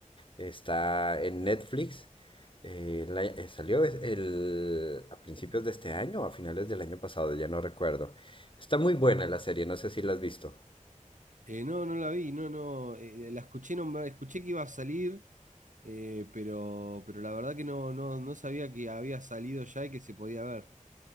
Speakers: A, on the left; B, on the right.
A: Está en Netflix. eh, la- eh, salió es- el, a principios de este año o a finales del año pasado, ya no recuerdo. Está muy buena la serie, no sé si la has visto.
B: Eh, no, no la vi, no, no, eh, la escuché nombrar, escuché que iba a salir, eh, pero, pero la verdad que no, no, no sabía que había salido ya y que se podía ver.